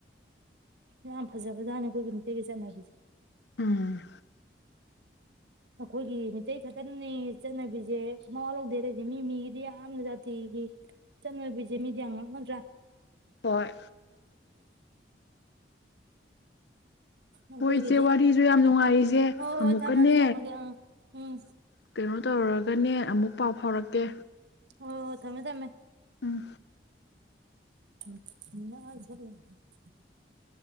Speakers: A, on the right; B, on the left.
A: ꯌꯥꯝ ꯐꯖ ꯐꯖꯥꯅꯤ ꯑꯩꯈꯣꯏꯒꯤ ꯃꯤꯇꯩꯒꯤ ꯆꯠꯅꯕꯤꯁꯦ
B: ꯎꯝ
A: ꯑꯩꯈꯣꯏꯒꯤ ꯃꯤꯇꯩ ꯈꯛꯇꯅꯤ ꯆꯠꯅꯕꯤꯁꯦ ꯃꯥ ꯂꯧꯗꯦ ꯂꯩꯁꯦ ꯃꯤ ꯃꯤꯒꯤꯗꯤ ꯌꯥꯝꯅ ꯖꯥꯇꯤꯒꯤ ꯆꯠꯅꯕꯤꯁꯦ ꯃꯤꯗꯤ ꯌꯥꯝ ꯉꯛꯅꯗ꯭ꯔꯥ
B: ꯍꯣꯏ
A: ꯑꯩꯈꯣꯏꯒꯤꯗꯤ
B: ꯍꯣꯏ ꯏꯆꯦ ꯋꯥꯔꯤꯁꯨ ꯌꯥꯝ ꯅꯨꯡꯉꯥꯏ ꯏꯆꯦ
A: ꯍꯣꯏ
B: ꯑꯃꯨꯛꯀꯅꯦ
A: ꯍꯣꯏ ꯊꯝꯃꯒꯦ ꯊꯝꯃꯒꯦ ꯑꯥ ꯎꯝ
B: ꯀꯩꯅꯣ ꯇꯧꯔꯒꯅꯦ ꯑꯃꯨꯛ ꯄꯥꯎ ꯐꯥꯎꯔꯛꯀꯦ
A: ꯑꯣ ꯊꯃꯦ ꯊꯃꯦ
B: ꯎꯝ
A: <inaudible>